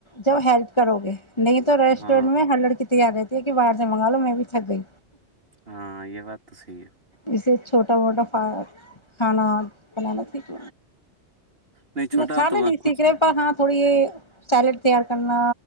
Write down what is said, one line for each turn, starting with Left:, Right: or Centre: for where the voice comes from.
Left: جب ہیلپ کرو گے نہیں تو ریسٹورینٹ
Right: ہاں
Left: میں ہر لڑک رہتی ہے کہ باہر سے مگا لو میں بھی تھک گئی
Right: ہاں یہ بات تو صحی ہے
Left: ایسے چھوٹا موٹا کھانا بنانا سیکھ
Right: نہیں چھوٹا
Left: کھانا
Right: تو میں
Left: نہیں
Right: کچھ
Left: سیکھ رہے پر ہاں تھوڑی یہ سیلڈ تیار کرنا